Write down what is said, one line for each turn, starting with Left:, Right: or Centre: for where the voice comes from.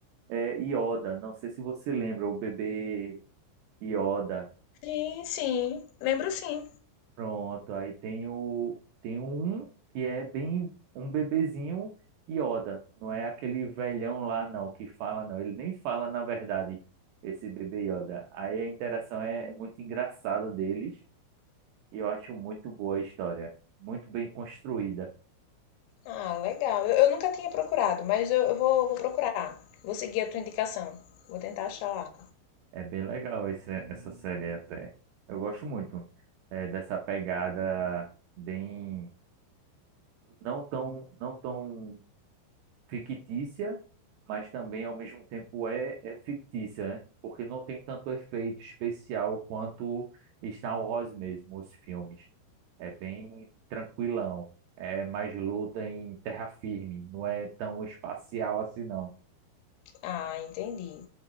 Right: é, Yoda. Não sei se você lembra, o bebê Yoda.
Left: Sim, sim, lembro sim.
Right: Pronto, aí tem o tem um que é bem um bebezinho Yoda, não é aquele velhão lá não que fala não, ele nem fala na verdade esse bebê Yoda. Aí a interação é muito engraçada deles e eu acho muito boa a história, muito bem construída.
Left: Ah, legal. Eu, eu nunca tinha procurado, mas eu, eu vou, vou procurar. Vou seguir a tua indicação. Vou tentar achar lá.
Right: É bem legal esse, essa série até. Eu gosto muito eh, dessa pegada bem não tão não tão fictícia, mas também ao mesmo tempo é, é fictícia, né? Porque não tem tanto efeito especial quanto Star Wars mesmo, os filmes. É bem tranquilão, é mais luta em terra firme, não é tão espacial assim não.
Left: Ah, entendi.